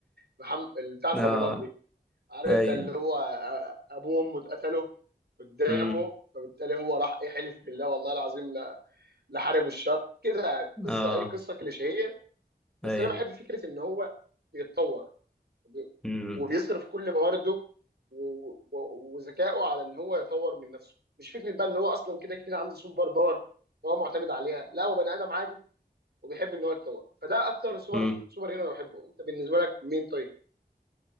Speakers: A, on the right; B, in the centre.
A: محم... بتاعت
B: أه
A: رمضان دي عارف
B: أيوه
A: انت اللي هو ابوه وامه اتقتلوا قدامه
B: أمم.
A: فبالتالي هو راح ايه حلف بالله والله العظيم لا لحارب الشر كده يعني قصه
B: أه
A: ايه قصه كليشيهيه
B: أيوه
A: بس انا بحب فكره ان هو بيتطور وبي-
B: أمم.
A: وبيصرف كل موارده و- و- وذكائه على ان هو يطور من نفسه مش فكره بقى ان هو اصلا كده كده عنده سوبر باور وهو معتمد عليها لا هو بني ادم عادي وبيحب ان هو يتطور فده اكتر سوبر
B: أمم.
A: سوبر هيرو انا بحبه انت بالنسبه لك مين طيب